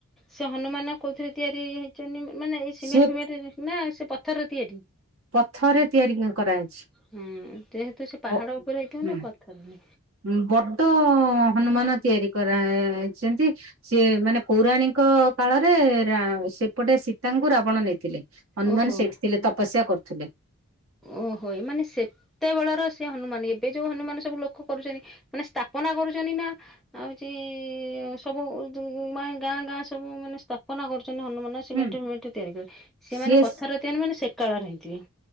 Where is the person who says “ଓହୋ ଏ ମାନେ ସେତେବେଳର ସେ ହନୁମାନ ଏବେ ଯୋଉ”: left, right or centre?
Centre